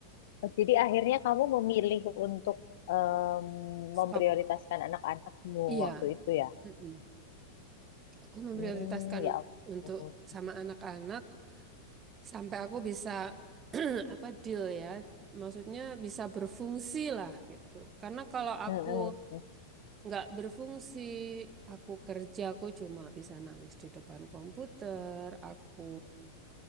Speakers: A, on the left; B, on the right.
A: Oh, Jadi akhirnya kamu memilih untuk em,
B: Stop.
A: memprioritaskan anak-anakmu
B: Iya.
A: waktu itu ya?
B: Mm-mm. aku memprioritaskan
A: Hmm, ya.
B: un- untuk
A: ampun.
B: sama anak-anak sampai aku bisa <clears throat> apa deal ya maksudnya bisa berfungsi lah gitu karena kalau aku
A: Mm, mm, mm,
B: nggak berfungsi aku kerja aku cuma bisa nangis di depan komputer aku